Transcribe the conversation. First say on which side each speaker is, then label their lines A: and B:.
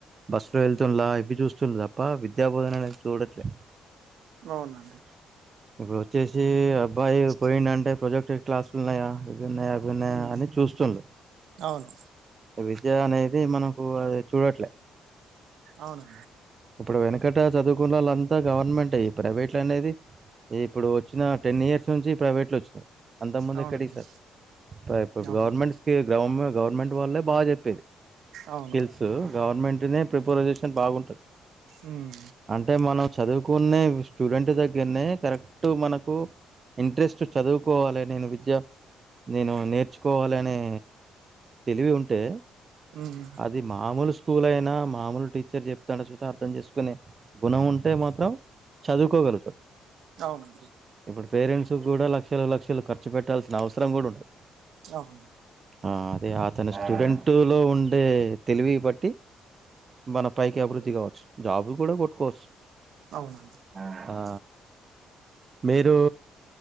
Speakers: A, on the right (about 40°); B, on the right (about 75°).
A: బస్సు లో వెళ్తున్లా ఇవ్వి చూస్తున్లు తప్పా విద్యా బోధనా అనేది చూడట్లే.
B: అవునండి
A: ఇప్పుడు ఒచ్చేశీ అబ్బాయి పోయిండు అంటే ప్రొజెక్టర్ క్లాస్లు ఉన్నాయా. ఇవున్నాయా అవున్నాయా
B: ఉమ్
A: అని చూస్తున్లు.
B: అవును
A: విద్య అనేది మనకు అది చూడట్లే
B: అవును
A: ఇప్పుడు వెనుకట చదువుకున్నోళ్లు అంతా గవర్నమెంటే ప్రైవేట్లు అనేది ఇప్పుడు వచ్చిన టెన్ ఇయర్స్ నుంచి ప్రైవేట్లు వచ్చినయి అంతకు ముందు
B: అవునండి
A: ఎక్కడివి సార్ ప్ర
B: అవును
A: గవర్నమెంట్ గవర్నమె గవర్నమెంట్ వాళ్ళే బాగా చెప్పేది
B: అవును
A: స్కిల్స్ గవర్నమెంట్నే ప్రిపోజేషన్ బాగుంటది
B: ఉమ్
A: అంటే మన చదువుకునే స్టూడెంట్ దగ్గరనే కరెక్ట్ మనకు ఇంట్రెస్ట్ చదువుకోవాలె నేను విద్య నేను నేర్చుకోవాలనే తెలివి ఉంటే
B: ఉమ్
A: అది మామూలు స్కూల్ అయినా మామూలు టీచర్ చెప్తాండు చుత అర్థం చేసుకునే గుణం ఉంటే మాత్రం చదువుకోగలుగుతాడు
B: అవును
A: ఇప్పుడు పేరెంట్స్ గుడా లక్షలు లక్షలు ఖర్చు పెట్టాల్సిన అవసరం గుడా ఉండదు
B: అవును
A: ఆ అదే అతని స్టూడెంటులో ఉండే తెలివి బట్టి మనం పైకి అభివృద్ధి గావచ్చు జాబ్లు కూడా కొట్టుకోవచ్చు
B: అవునా
A: ఆహా మీరు